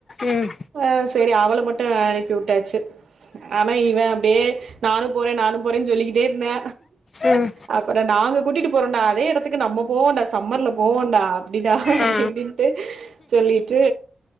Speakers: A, on the left; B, on the right.
A: ம்
B: ஆ சேரி அவள மட்டு அனுப்பி விட்டாச்சு ஆனா இவ அப்படியே நானு போறே நானு போறேன்னு சொல்லிக்கிட்டே இருந்தே
A: ம் ம்
B: அப்பற நாங்க கூட்டிட்டு போறோன்டா அதே எடத் துக்கு நம்ம போவோண்டா சம்மர்ல போவோண்டா அப்டிடா அப்டி
A: ஆ
B: இப்டின்ட்டு சொல்லிட்டு